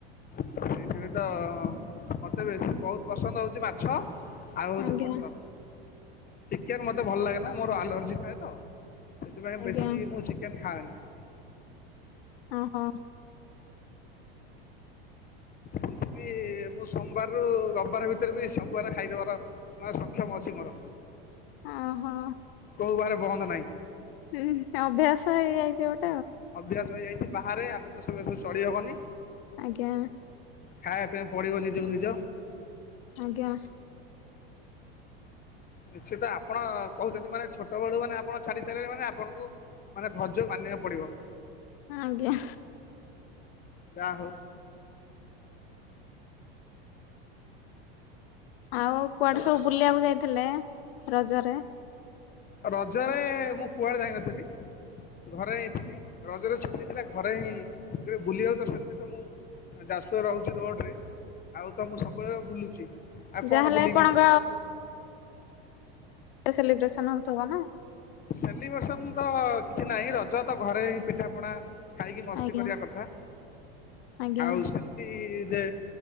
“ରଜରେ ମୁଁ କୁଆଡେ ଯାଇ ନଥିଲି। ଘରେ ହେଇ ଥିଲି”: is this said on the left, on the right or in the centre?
Left